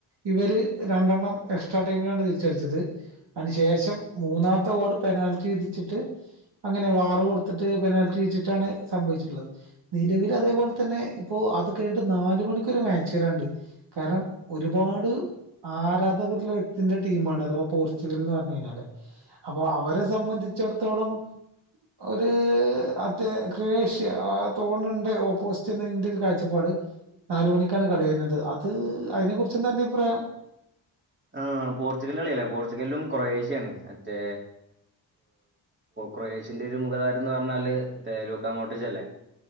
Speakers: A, on the right; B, on the right.
A: ഇവര് രണ്ടെണ്ണം എക്സ്ട്രാ ടൈമിലാണ് തിരിച്ചടിച്ചത് അയ്ന് ശേഷം മൂന്നാത്തെ ഗോൾ പെനാൽറ്റി വിതിച്ചിട്ട് അങ്ങനെ വാറ് കൊടുത്തിട്ട് പെനാൽറ്റി ഇഴിച്ചിട്ടാണ് സംഭവിച്ചിട്ട്ള്ളത് നിലവിൽ അതേപോല്തന്നെ ഇപ്പൊ അത് കഴിഞ്ഞിട്ട് നാല് മണിക്കൊര് മാച്ച് വരാനുണ്ട് കാരണം ഒരുപാട് ആരാധകര്ള്ള വ്യക്തിന്റെ ടീമാണ് അഥവാ പോർച്ചുഗൽന്ന് പറഞ്ഞാല് അപ്പൊ അവരെ സംബന്ധിച്ചിടത്തോളം ഒരു അതെ ക്രൊയേഷ്യ ആഹ് തോണണ്ട് ഓപ്പോസിറ്റ്തിന്റെ ഒരു കാഴ്ചപ്പാട് നാല് മണിക്കാണ് കടയിൽ വരുന്നത് അത് അതിനെ കുറച്ച് എന്താ അന്റെ അഭി പ്രായം
B: ആഹ് പോർച്ചുഗല് കളി അല്ലേ പോർച്ചുഗലിലും കൊറേഷ്യയാണ് മറ്റേ ക്രൊയേഷ്യന്റെ ഒരു മുഖതാരം എന്ന് പറഞ്ഞാല് തേലൂക്കാ മോട്ടിച്ചല്ലേ